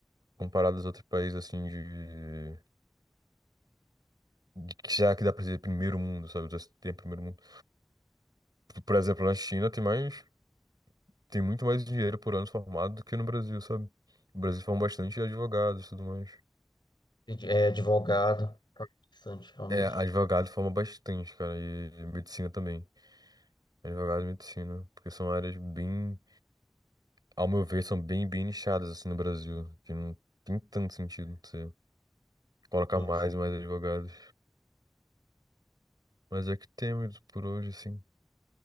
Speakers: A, on the right (about 60°); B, on the left (about 80°).
A: comparado aos outros países, assim, de, de que já que dá pra dizer primeiro mundo, sabe? Já se Tem primeiro mundo. Por exemplo, na China tem mais, tem muito mais engenheiro por ano formado do que no Brasil, sabe? O Brasil forma bastante advogados e tudo mais.
B: é advogado. Tá Bastante, realmente.
A: É, advogado forma bastante, cara, e, e medicina também. Advogado e medicina, porque são áreas bem, ao meu ver, são bem, bem nichadas assim no Brasil, que não tem tanto sentido você colocar
B: Sim.
A: mais e mais advogados. Mas é que temos por hoje, assim.